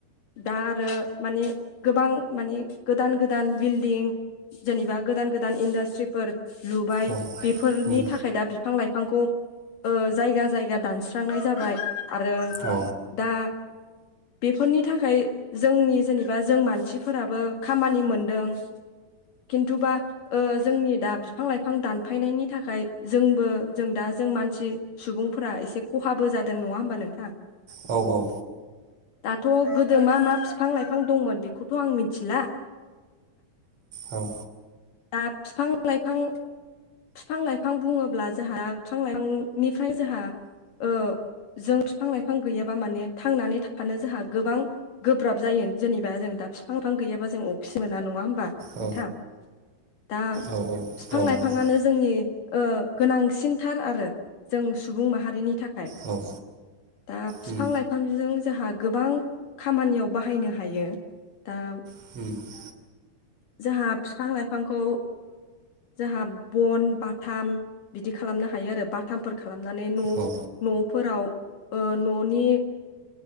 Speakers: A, on the left; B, on the right.
A: दा आरो माने गोबां माने गोदान गोदान बिल्डिं जेनेबा गोदान गोदान इन्डास्ट्रिफोर लुबाय
B: औ
A: बेफोरनि
B: उम
A: थाखाय दा बिफां लाइफांखौ ओ जायगा जायगा दानस्रांनाय जाबाय आरो
B: औ
A: दा बेफोरनि थाखाय जोंनि जेन बा जों मानसिफोराबो खामानि मोनदों खिन्थुबा ओ जोंनि दा बिफां लाइफां दानफायनायनि थाखाय जोंबो जों दा जों मानसि सुबुंफोरा एसे खहाबो जादों नङा होमबा नोंथाङ?
B: औ औ
A: दाथ' गोदो मा मा बिफां लाइफां दंमोन बेखौथ' आं मिथिला
B: औ
A: दा बिफां लाइफां बिफां लाइफां बुङोब्ला जोंहा बिफां लाइफांनिफ्राय जोंहा ओ जों बिफां लाइफां गैयाबा माने थांनानै थानो जोंहा गोबां गोब्राब जायो जेनेबा जों दा बिफां लाफां गैयाबा जों अखसि मोना नङा होमबा नोंथां
B: औ
A: दा बिफां
B: औ औ
A: लाइफाङानो
B: नोंथां
A: जोंनि गोनांसिनथार आरो जों सुबुं माहारिनि थाखाय
B: औ
A: दा बिफां
B: उम
A: लाइफां बिफांजों जोंहा गोबां खामानियाव बाहायनो हायो दा
B: <inaudible>
A: जोंहा बिफां लाइफां बिफांखौ जोंहा बन बाथाम बिदि खालामनो हायो आरो बाथ थामफोर खालामनानै न'
B: औ
A: न'फोराव ओ न'नि